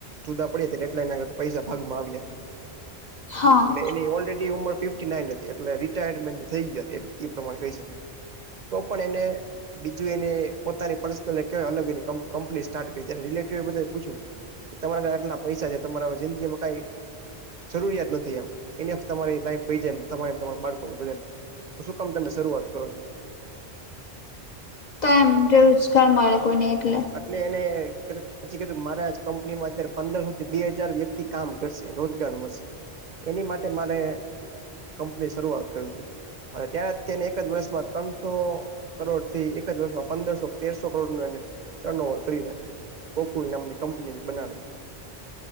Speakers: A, on the right; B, on the left.
A: જુદા પડ્યા એટલા એને આગર પૈસા ભાગમાં આવ્યા
B: હા
A: અને એની ઓલરેડી ઉંમર ફિફ ના નથી એટલે રિટાયરમેન્ટ થઈ જત એ પ્રમાણે કહી શકાય તો પણ એને બીજું એને પોતાની પર્સનલ કય અલગ એની કંપની સ્ટાર્ટ કરી્યારે રિલેટ એ બધા પૂછું. તમારા ઘરે આટલા પૈસા છે તમારા જિંદગીમાં કઈ. જરૂરિયાત નથી એને તમારી લાઈફ જાય તમારે તમારા બાળકોની બધાને. તો શું કામ તમે શરૂઆત કરો છો.
B: તો એમ રોજગાર મળે કોઈને એટલે
A: એલે એને પછી કધું મારા કંપનીમાં અત્યારે પંદરથી બે હજાર વ્યક્તિ કામ કરશે. રોજગાર મળશે એની માટે મારે કંપની શરૂઆત કર છે. અને ત્યાં તેને એક જ વર્ષમાં ત્રણસો કરોડ થી એક જ વર્ષમાં પંદરસો તેરસો કરોડ નું એને ટર્ન ઓવર કરી નાખ્યું હતું. કોકુલ નામની કંપની બનાવેલ છે.